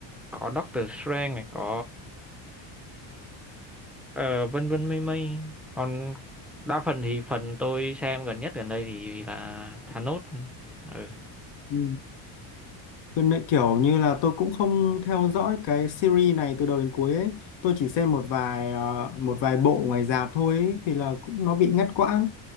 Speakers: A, in the centre; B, on the left.
A: có Doctor Strange này, có ờ, vân vân mây mây. Còn đa phần thì phần tôi xem gần nhất gần đây thì là Thanos. Ừ.
B: Ừ. Gần đây kiểu như là tôi cũng không theo dõi cái series này từ đầu đến cuối ấy. Tôi chỉ xem một vài ờ, một vài bộ ngoài rạp thôi ấy, thì là cũng nó bị ngắt quãng